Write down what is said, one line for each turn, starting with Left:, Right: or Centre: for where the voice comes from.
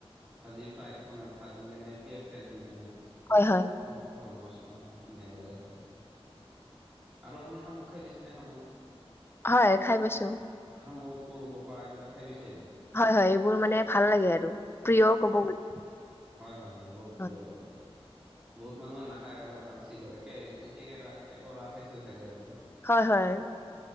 Centre: ভাজি ফ্ৰাই মানে ভাজি কেনে পিয়ঁজ চিয়াজ দি কেনে।
Left: হয়-হয়।
Centre: সৰু-সৰু মাছটো অ ধুনীয়া লাগে হয় আৰু আপুনি শামুক খাই পাইছেনে শামুক?
Left: হয়, খাই পাইছো।
Centre: শামুক পলু পকা এইবিলাক খাই পাইছে?
Left: হয়-হয় এইবোৰ মানে ভাল লাগে আৰু প্ৰিয় কব গলে।
Centre: হয়-হয় মোৰো প্ৰিয়
Left: হয়
Centre: বাৰু। বহুত মানুহে নাখায় অলপ আলচি কৰে কে কেকেৰা কেঁকোৰা খাইছে চাগে আপুনি?
Left: হয়-হয়,